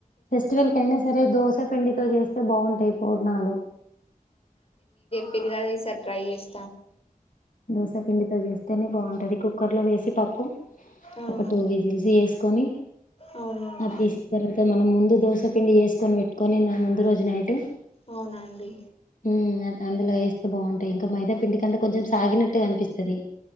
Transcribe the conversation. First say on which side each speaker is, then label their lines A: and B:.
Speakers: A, on the left; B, on the left.
A: ఫెస్టివల్ కయినా సరే దోశ పిండితో చేస్తే బాగుంటాయి పూర్ణాలు
B: పెరిగాదది సటు ప్రైస్
A: దోసపిండితో జస్త ని బాగుంటుంది కుక్కర్లో వేసి పప్పు
B: ఆ
A: ఒక టూ విజిల్స్ వేసుకొని
B: అవునండి
A: అది తీసిన తర్వాత మనం ముందు దోసపిండి వేసుకొని పెట్టుకొని ముందు రోజు నైట్
B: అవునండి
A: అ అందులో వేస్త బాగుంటాయి ఇంకాైద పిండి కంటే కొంచెం సాగినట్టు కనిపిస్తుది